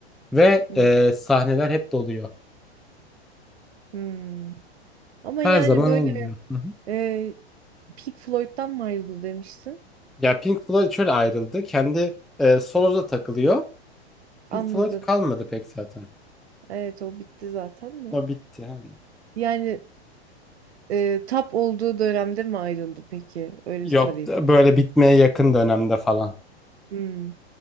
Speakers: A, in the centre; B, on the right (about 75°).
A: ve
B: Hmm.
A: e, sahneler hep doluyor.
B: Hmm. Ama
A: Her
B: yani
A: zaman
B: böyle
A: olmuyor. Hı hı.
B: e, Pink Floyd'dan mı ayrıldı demişsin?
A: Ya Pink Floyd şöyle ayrıldı. Kendi e, soloda takılıyor. Pink
B: Anladım.
A: Floyd kalmadı pek zaten.
B: Evet o bitti zaten mi?
A: O bitti yani.
B: Yani e, tap olduğu dönemde mi ayrıldı peki? Öyle
A: Yok
B: sorayım.
A: da böyle bitmeye yakın dönemde falan.
B: Hmm.